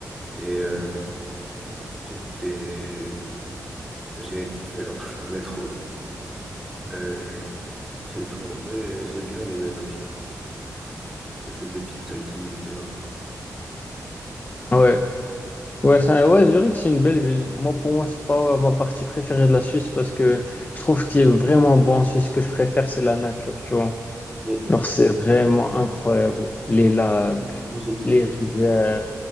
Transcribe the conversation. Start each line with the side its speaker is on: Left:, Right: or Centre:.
Centre: Et euh, j'étais, j'ai kiffé leur <laughs> métro. Euh, j'ai trouvé, j'ai bien aimé la vie. J'ai fait des petites activités là-bas.
Left: Ouais. Ouais, ça- ouais, Zurich, c'est une belle ville. Moi, pour moi, c'est pas ma partie préférée de la Suisse parce que je trouve ce qui est vraiment beau en Suisse, ce que je préfère, c'est la nature, tu vois.
Centre: Mais
Left: Genre, c'est vraiment incroyable. Les lacs,
Centre: mm, moi, j'ai kiffé,
Left: les rivières,